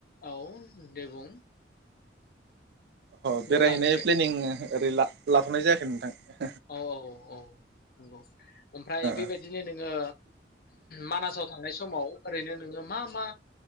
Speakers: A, on the left; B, on the right.
A: औ दे बुं
B: अ
A: बुंनो
B: बेरायहैनाय
A: हागोन दे
B: प्लेनिं ओरै ला लांनाय जायाखै नोंथां
A: औ औ औ औ नंगौ ओमफ्राय
B: ओ
A: बेबायदिनो
B: ओ
A: नोंङो मानासाव थांनाय समाव ओरैनो नोंङो मा मा